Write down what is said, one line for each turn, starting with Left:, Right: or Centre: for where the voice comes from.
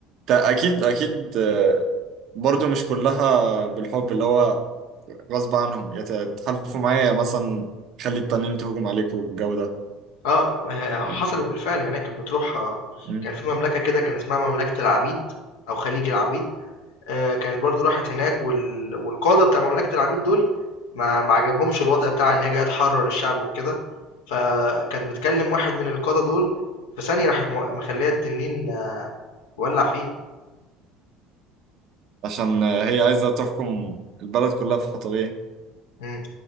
Right: تا- أكيد أكيد آه، برضو مش كلها بالحب اللي هو غصب عنهم يا تحالفوا معايا يا مثلا خلي التانيين تهجم عليكم والجو ده
Left: آه، ه حصلت
Right: يعني
Left: بالفعل يعني هي كانت بتروح آه،
Right: مم.
Left: كان في مملكة كده كان اسمها مملكة العبيد أو خليج العبيد. آآ كانت برضه راحت هناك وال والقادة بتاع مملكة العبيد دول ما ما عجبهمش الوضع بتاعها إن هي جاية تحرر الشعب وكده، فكانت بتكلم واحد من القادة دول، في ثانية راحت مو مخلية التنين آه، ولّع فيه،
Right: عشان هي عايزة تحكم البلد كلها في حطبيه
Left: إمم،